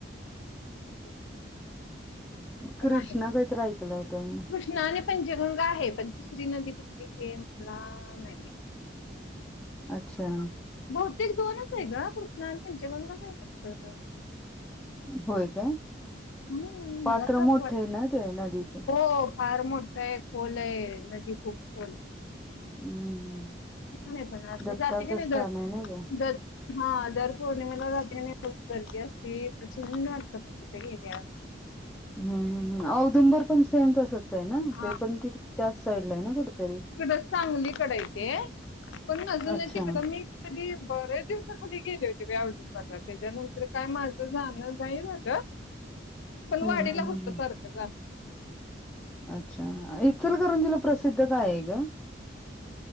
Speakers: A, on the left; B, in the centre.
A: <inaudible>
B: कृष्णा
A: आहे
B: काहीतरी ऐकलं होतं मी
A: कृष्णा आणि पंचगंगा आहे तिसरी नदी पकली हे मला नाही
B: अच्छा
A: बहुतेक दोनच आहे का कृष्णा आणि यांचे बंगच आहे फक्त
B: होय काय
A: हम्म,
B: पात्र
A: मला तर असं
B: मोठे
A: वाटतं
B: ना ते नदीचं
A: हो फार मोठा आहे खोल आहे नदी खूप खोल आहे
B: हम्म
A: नाही पण आले
B: दत्ताचं
A: जाते की नाही
B: स्थान
A: जर
B: आहे ना ग
A: जर हा दर पौर्णिमाला जने गर्दी असतेून वाटत म तिथे घेण्या
B: हम् औदुंबर पण सेम तसच आहे ना
A: हा
B: ते पण तिथ त्याच साईडला आहे ना कुठेतरी
A: सांगली इकड इथे पण अजून
B: अच्छा
A: तिकड
B: हम्म
A: मी बर्याच दिवसा खाली गेले होते बवजपला त्याच्यानंतर काय माझं जाण जाई माझ पण
B: हम्म
A: वाढला
B: हम्म
A: होत
B: हम्म
A: सारखं जाणं
B: अच्छा इचलकरंजीला प्रसिद्ध काय आहे ग